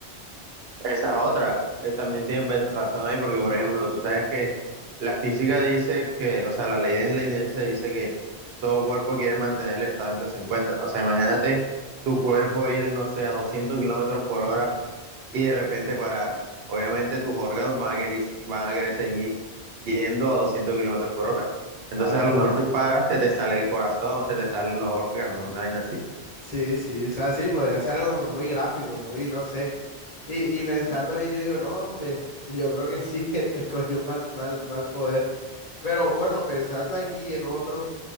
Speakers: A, on the right; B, on the left.
A: Esas otras, eh, también tienes ve- razón ahí, porque por ejemplo, tú sabes que la física dice que, o sea, la ley de la inercia dice que todo cuerpo quiere mantener el estado en que se encuentra. O sea, imagínate tu cuerpo ir, no sé, a 200 kilómetros por hora y de repente parar. Obviamente tus órganos van a querer, van a querer seguir yendo a 200 kilómetros por hora. Entonces
B: Ah,
A: a lo
B: pues.
A: mejor si paras, se te sale el corazón, se te salen los órganos, una vaina así.
B: Sí, sí, o sea, sí, podría ser algo como muy gráfico, muy, no sé. Y, y pensando bien, yo digo, no, hombre, <laughs> yo creo que sí, <laughs> escogí un mal, mal, mal poder. Pero bueno, pensando aquí en otro,